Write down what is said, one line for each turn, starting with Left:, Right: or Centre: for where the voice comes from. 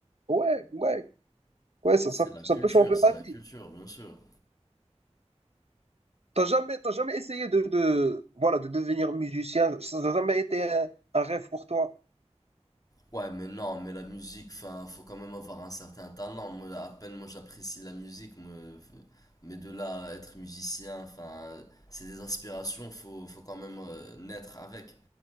Right: Ouais, ouais, ouais, ça,
Left: c'est
Right: ça-
Left: la
Right: ça
Left: culture,
Right: peut changer
Left: c'est
Right: ta
Left: la culture,
Right: vie.
Left: bien sûr.
Right: T'as jamais, t'as jamais essayé de, de, voilà, de devenir musicien? Ça n'a jamais été un, un rêve pour toi?
Left: Ouais, mais non, mais la musique, enfin, faut quand même avoir un certain talent. Moi, à peine, moi, j'apprécie la musique, moi, euh, mais de là à être musicien, enfin, euh, c'est des inspirations faut, faut quand même euh, naître avec.